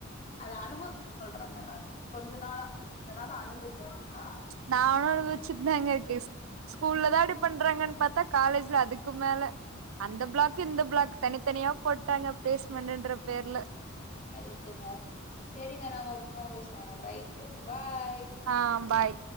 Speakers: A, on the left; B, on the right.
A: அத அனுபவ சொல்றங்க நானு கொஞ்ச நாளா கொஞ்ச நாளா அனுபவிச்சிட்டு இருக்கா
B: நா அவ்ளோ அனுவ வச்சுட்டு தாங்க இருக்கு ஸ்கூல்ல தா அப்டி பண்றாங்கன்னு பாத் தா காலேஜ்ல அதுக்கு மேல அந்த பிளாக் இந்த பிளாக் தனித்தனியா போட்டாங்க பிளேஸ்மெண்டுன்ற பேர்ல
A: ரைட்டுங்க செரிங்க நம்ம அப்பமா பேசுவோங்க ரைட்டு பாய்
B: ஆ பாய்